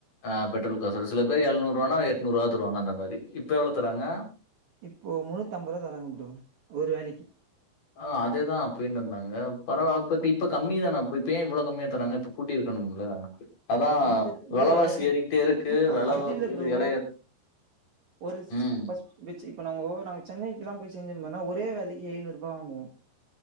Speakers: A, on the left; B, on the right.
A: ஆ பெட்ரோல் காசோட சில பேர் எழுநூருவான எட்நூருவா தருவாங்க அந்த மாரி இப்ப எவுளோ தராங்க
B: இப்போ முன்னூத்தம்பருவா தராங்க ப்ரோ ஒரு வேலைக்கு
A: ஆ அதேதா அப்பயு தந்தாங்க பரவா இப்ப கம்மி தான அப் இப்ப ஏன் இவ்ளோ கம்மியா தராங்க இப்பு கூட்டிருக்கணும்ல அதா
B: எங்க சைடு ப்ரோ
A: வெலவாசி
B: எங்க சைடு
A: ஏறிகிட்டே இருக்கு
B: அ
A: வெலவு
B: அப்டி இல்ல ப்ரோ
A: எலைய
B: ஒரு
A: ம்
B: ஃபஸ்ட் இருந்துச்சு இப்ப நாங்க ஒவ்வொரு நாளு சென்னைக்குலா போய் செஞ்சோமனா ஒரே வேலைக்கு ஐநூறுபா வாங்குவோ